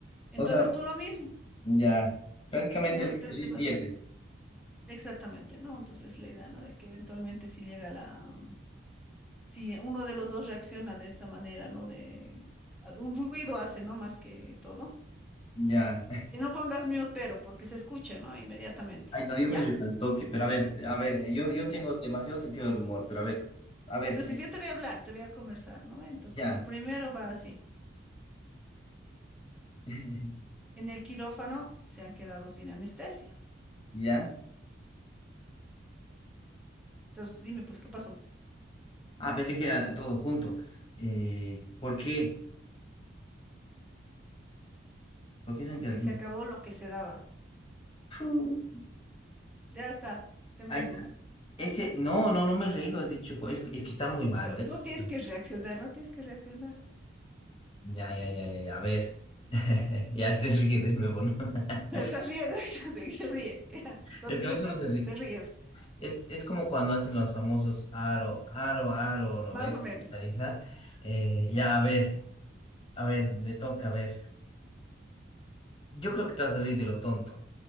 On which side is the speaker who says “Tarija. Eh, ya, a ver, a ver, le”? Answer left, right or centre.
Left